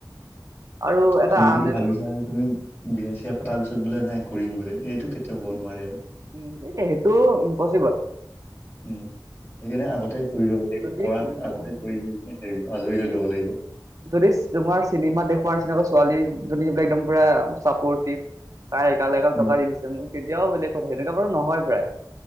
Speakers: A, on the right (about 45°); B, on the left (about 30°).
A: আৰু এটা
B: তুমি যদি
A: আন উম
B: ভাবিছা আৰু তুমি বিয়া-চিয়া পতাৰ পিছত বোলে নাই কৰিম বুলি এইটো কেতিয়াও হ'ব নোৱাৰে আৰু।
A: এ সেইটো ইম্পচিবোল।
B: উম, সেইকাৰণে আগতে কৰি লব লাগিব
A: যদি
B: কৰাছ আগতে কৰি মেলিহে হেৰি আজৰি হৈ ল'ব লাগিব।
A: যদি তোমাৰ চিনেমা দেখুুৱাৰ নিচিনাকৈ ছোৱালীজনী জনীৰ একদম পুৰা চাপৰ্টিভ তাই এগাল, এগাল
B: উম,
A: টকা দি দিছে। তেতিয়াও বেলেগ কথা তেনেকা বাৰু নহয় প্ৰায়।